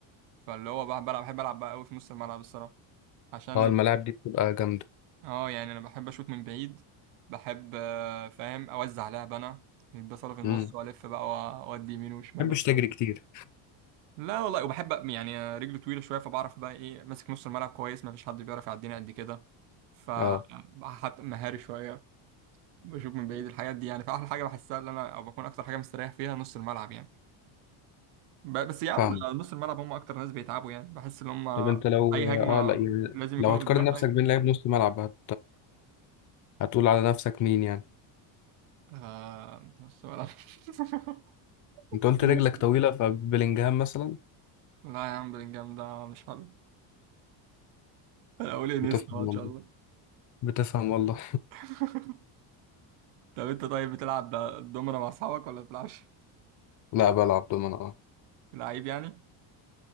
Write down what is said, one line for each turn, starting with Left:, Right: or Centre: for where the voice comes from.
Right: فاللي هو بقى بلعب بحب العب بقى قوي في نص الملعب الصراحه عشان
Left: اه الملاعب دي بتبقى جامدة
Right: اه يعني انا بحب اشوط من بعيد بحب آه، فاهم اوزع لعب انا يتبصل في النص
Left: امم
Right: والف بقى وأ- واودي يمين وشمال
Left: محبش
Right: وحاجه
Left: تجري كتير
Right: لا والله وبحب يعني رجلي طويله شويه فبعرف بقى ايه ماسك نص الملعب كويس ما فيش حد بيعرف يعديني قد كده ف
Left: اه
Right: حتى مهاري شويه بشوف من بعيد الحاجات دي يعني فاحلى حاجه بحسها اللي انا او بكون اكتر حاجه مستريح فيها نص الملعب يعني ب- بس يا عم
Left: فاهم
Right: ده نص الملعب هم اكتر ناس بيتعبوا يعني بحس ان هم
Left: طب انت لو
Right: اي
Left: اه
Right: هجمه
Left: لا يعني
Right: لازم
Left: لو
Right: يكونوا
Left: هتقارن
Right: قدام
Left: نفسك
Right: اي
Left: بين لعيب نص ملعب هت... هتقول على نفسك مين يعني
Right: آه نص ملعب <laughs>
Left: انت قلت
Right: إنيستا.
Left: رجلك طويلة فبلينجهام مثلا
Right: لا يا عم بلينجهام ده مش حلو انا اقول انيستا
Left: بتفهم
Right: بقى ان
Left: والله
Right: شاء الله
Left: بتفهم والله
Right: <laughs> طب انت طيب بتلعب دومنا مع اصحابك ولا بتلعبش
Left: <laughs> لا بلعب دومنة اه
Right: لعيب يعني